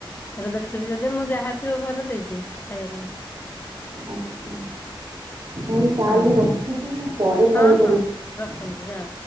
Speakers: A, on the left (about 25°); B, on the right (about 55°).
A: ଏଟା ଦେ ଦେଖିବି ଯଦି ମୁଁ ଯାହା ଥିବ ଘରେ ଦେଇଦିଏ ଖାଇବା ପାଇଁ
B: ଆଚ୍ଛା ହଉ ତାହେଲେ
A: ଆଉ
B: ରଖୁଛି ମୁଁ ପରେ କଲ
A: ହଁ
B: କରିବି।
A: ହଁ ରଖନ୍ତୁ ଯାଆନ୍ତୁ।